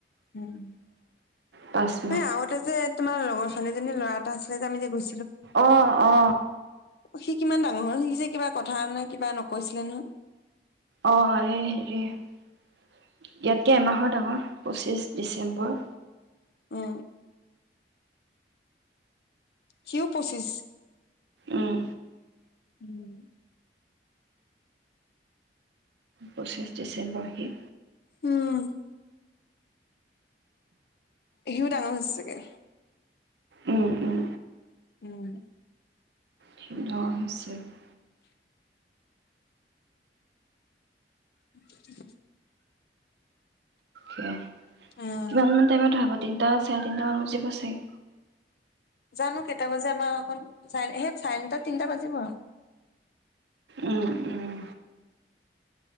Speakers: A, on the left (about 60°); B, on the right (about 80°).
A: উম
B: পাঁচ মাহ
A: এই আগতে যে তোমাৰ লগৰ ছোৱালীজনী ল'ৰা এটা আছিলে যে আমি যে গৈছিলোঁ।
B: অ অ অ
A: অ সি কিমান ডাঙৰ হ'ল সি যে কিবা কথা নে কিবা নকৈছিলে নহয়।
B: অঁ এই হেৰি ইয়াতকে এমাহৰ ডাঙৰ পঁচিছ ডিচেম্বৰ।
A: অ সিও পঁচিছ
B: উম
A: উম।
B: পঁচিছ ডিচেম্বৰ সি
A: উম সিও ডাঙৰ হৈছে চাগে।
B: উম উম
A: উম
B: <unintelligible>
A: উ <unintelligible>
B: কিমান
A: উম,
B: মান টাইমত ধৰা তিনিটা চাৰে তিনটা মান বজিব চাগে।
A: জানো কেইটা বাজে আমাৰ অকন চাৰে সেই চাৰে তিনিটা, তিনটা বাজিব আৰু
B: উম উম